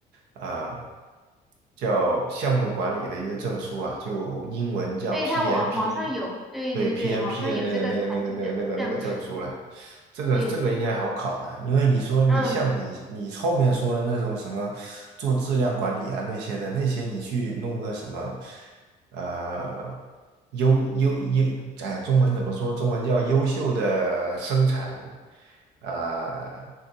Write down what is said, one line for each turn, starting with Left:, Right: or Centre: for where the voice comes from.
Right: 啊、叫项目管理的一个证书啊，就英文叫
Centre: 对，
Right: PMP，
Centre: 它网网上有，对对对，
Right: 对 PMP
Centre: 网上有这个产品的证书，
Right: 的那个那个那个那个那个那个证书了。这个这个应该好考了，
Centre: 对，
Right: 因为你说你像你你后面说的那种什么做质量管理啊那些的，
Centre: 嗯，
Right: 那些你去弄个什么。呃优优优，哎，中文怎么说？中文叫优秀的生产呃